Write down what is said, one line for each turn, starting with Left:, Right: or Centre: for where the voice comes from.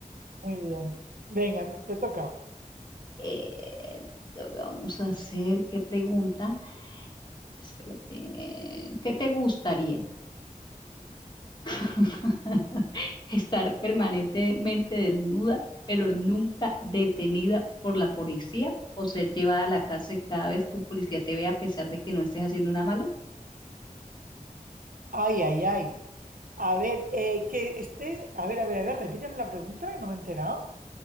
Right: Muy bien. Venga, te toca.
Left: Eh, vamos a hacer, ¿qué pregunta? Espérate, ¿qué te gustaría? <laughs> ¿Estar permanentemente desnuda, pero nunca detenida por la policía o ser llevada a la cárcel cada vez que un policía te vea a pesar de que no estés haciendo nada malo?
Right: Ay, ay, ay. A ver, eh, que estés. A ver, a ver, a ver, repíteme la pregunta que no me he enterado.